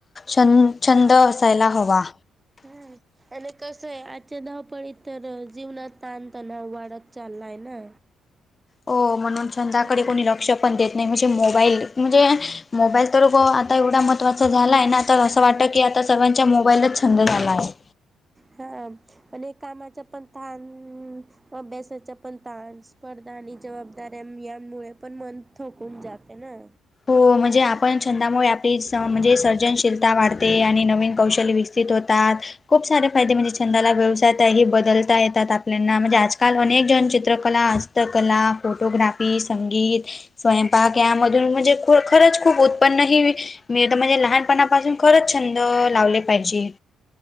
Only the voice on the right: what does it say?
हम्म. आणि कसं ए... आजच्या धावपळी तर जीवनात ताणतणाव वाढत चाललाय ना?
हम्म.
हा... आणि कामाचा पण ताण अभ्यासाच्या पण ताण... स्पर्धा आणि जबाबदाऱ्या... यांमुळे पण मन थोकून जाते ना